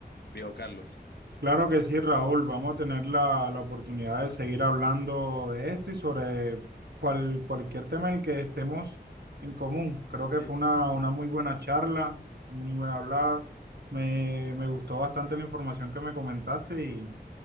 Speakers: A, on the left; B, on the right.
A: viejo Carlos?
B: Claro que sí, Raúl. Vamos a tener la, la oportunidad de seguir hablando de esto y sobre cual- cualquier tema en el que estemos en común. Creo que
A: Sí,
B: fue una, una muy buena charla, muy buena hablada. Me, me gustó bastante la información que me comentaste y